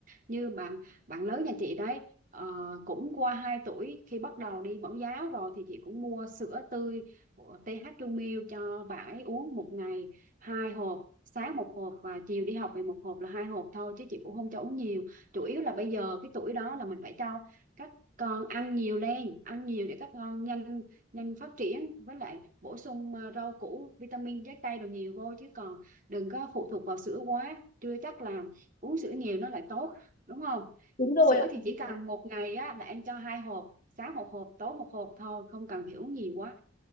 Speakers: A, on the right; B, on the left.
A: như bạn bạn lớn nhà chị đấy ờ, cũng qua hai tuổi khi bắt đầu đi mẫu giáo rồi thì chị cũng mua sữa tươi của TH Trung Milk cho bạn ấy uống một ngày hai hộp sáng một hộp và chiều đi học về một hộp là hai hộp thôi chứ chị cũng không cho uống nhiều chủ yếu là bây giờ cái tuổi đó là mình phải cho các con ăn nhiều lên ăn nhiều để các con nhanh nhanh phát triển với lại bổ sung ờ, rau củ vitamin trái cây đồ nhiều vô chứ còn đừng có phụ thuộc vào sữa quá chưa chắc là uống sữa nhiều nó lại tốt đúng không
B: đúng rồi
A: sữa
B: ạ
A: thì chỉ
B: đúng
A: cần
B: rồi.
A: một ngày á là em cho hai hộp sáng một hộp tối một hộp thôi không cần phải uống nhiều quá